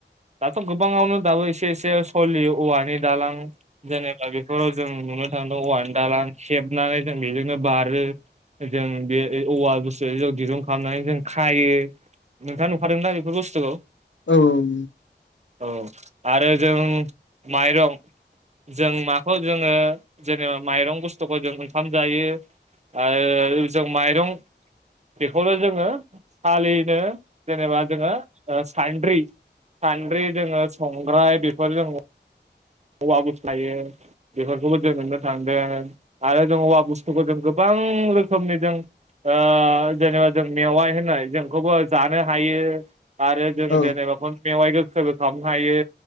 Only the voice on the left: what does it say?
औ औ
औ